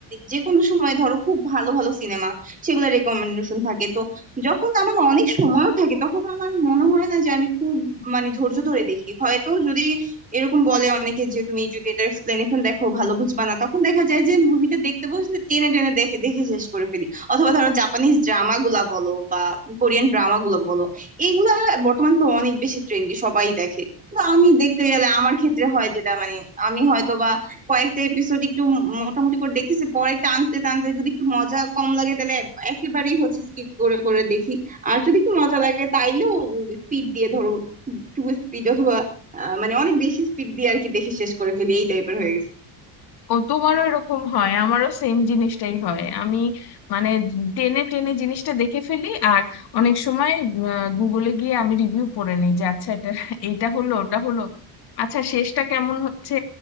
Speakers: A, on the right; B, on the left.
A: যে কোনো সময় ধরো খুব ভালো ভালো সিনেমা সেগুলো রেকমেন্ডেশন থাকে তো যখন আমার অনেক সময় থাকে তখন আমার মনে হয় না যে আমি খুব মানে ধৈর্য ধরে দেখি হয়তো যদি এরকম বলে অনেকে যে তুমি যদি এটা এক্সপ্লেনেশন দেখো ভালো বুঝবা না তখন দেখা যায় যে মুভিটা দেখতে বসলে টেনে টেনে দেখে দেখে শেষ করে ফেলি অথবা ধরো জাপানিজ ড্রামা গুলা বলো বা কোরিয়ান ড্রামা গুলা বলো এইগুলা বর্তমান তো অনেক বেশি ট্রেন্ডি সবাই দেখে না, আমি দেখতে গেলে আমার ক্ষেত্রে হয় যেটা মানে আমি হয়তো বা কয়েকটা এপিসোড একটু ম- মোটামুটি করে দেখতেছি পরে টানতে টানতে যদি একটু মজা কম লাগে তাহলে একেবারেই হচ্ছে স্কিপ করে করে দেখি আর যদি একটু মজা লাগে তাইলেও স্পিড দিয়ে ধরো টু স্পিড অথবা আহ, মানে অনেক বেশি স্পিড দিয়ে আর কি দেখে শেষ করে ফেলি এই টাইপের হয়ে গেছে
B: ও তোমারও এরকম হয় আমারও সেম জিনিসটাই হয় আমি মানে টেনে টেনে জিনিসটা দেখে ফেলি আর অনেক সময় গুগলে গিয়ে আমি রিভিউ পড়ে নিই যে আচ্ছা এটা এইটা হলো ওটা হলো আচ্ছা শেষটা কেমন হচ্ছে